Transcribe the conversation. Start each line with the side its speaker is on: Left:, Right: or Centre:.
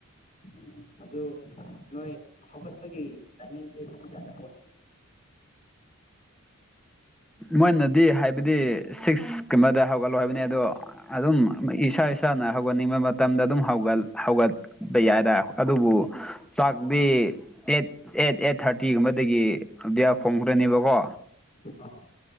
Left: ꯎꯝ ꯑꯗꯨ ꯅꯣꯏ ꯍꯧꯒꯠꯄꯒꯤ ꯇꯥꯏꯃꯤꯡꯁꯦ ꯃꯨꯡ ꯀꯌꯥꯗ ꯍꯧ
Centre: ꯃꯣꯏꯅꯗꯤ ꯍꯥꯏꯕꯗꯤ ꯁꯤꯛꯁꯀꯨꯝꯕꯗ ꯍꯧꯒꯠꯂꯨ ꯍꯥꯏꯕꯅꯤ ꯑꯗꯣ ꯑꯗꯨꯝ ꯏꯁꯥ ꯏꯁꯥꯅ ꯍꯧꯒꯠꯅꯤꯡꯕ ꯃꯇꯝꯗ ꯑꯗꯨꯝ ꯍꯧꯒ ꯍꯧꯒꯠ ꯗ ꯌꯥꯏꯗ ꯑꯗꯨꯕꯨ ꯆꯥꯛꯇꯤ ꯑꯦꯠ ꯑꯦꯠ ꯑꯦꯠ ꯊꯥꯔꯇꯤꯒꯨꯝꯕꯗꯒꯤ ꯑꯗꯤꯌꯥ ꯈꯣꯡꯈ꯭ꯔꯅꯦꯕꯀꯣ
Left: ꯑꯥ